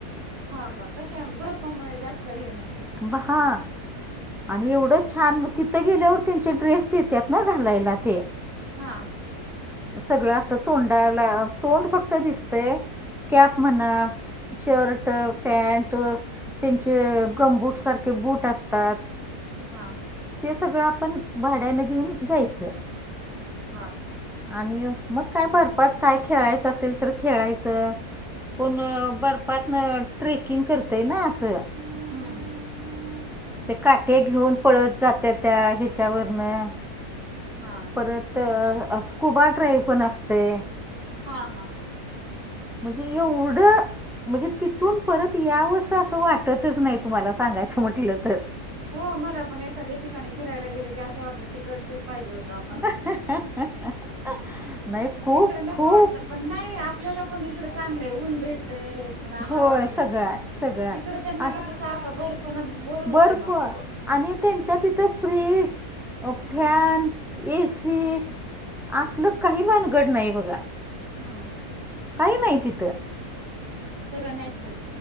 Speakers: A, on the right (about 85°); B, in the centre.
A: हा का कशा भरपूर <unintelligible> जास्त हे नसेल?
B: ब हां
A: हम्म
B: आणि
A: हम्म
B: एवढं छान मग तिथं गेल्यावर त्यांचे ड्रेस देतात ना घालायला ते.
A: हां.
B: सगळं असं तोंडाला तोंड फक्त दिसतंय. कॅप म्हणा शर्ट, पँट त्यांचे अ गमबूटसारखे बूट असतात.
A: हां हां.
B: ते सगळं आपण भाड्यानं घेऊन जायचं.
A: हां का?
B: आणि मग काय बर्फात काय खेळायचं असेल तर खेळायचं. कोण बर्फातनं ट्रेकिंग करतंय ना असं.
A: हम्म
B: ते काट्या घेऊन पळत जात्यात ह्याच्यावरनं
A: हा
B: परत <unintelligible> स्कुबा ड्राईव्ह पण असतंय.
A: हां हां.
B: म्हणजे एवढं म्हणजे तिथून परत यावंस असं वाटतच नाही तुम्हाला सांगायचं म्हटलं तर.
A: हो मला पण एखाद्या ठिकाणी फिरायला गेलं की असं वाटतं तिकडचेच पाहिजे होतं आपण.
B: <inaudible> खूप
A: इकडं नको
B: खूप
A: वाटतंय पण नाही आपल्याला पण इकडं चांगलं आहे ऊन भेटतंय. <unintelligible>
B: होय
A: हवा भेटती
B: सगळं हाय सगळं हाय
A: तिकडं त्यांना
B: आ
A: कसं सारखं भरपणा बोर
B: बर्फ
A: होतंय मग.
B: आणि त्यांच्या तिथं फ्रीज अ फॅन, ए सी असलं काही भानगड नाही बघा.
A: हां.
B: काही नाही तिथं.
A: सगळं नॅचरल.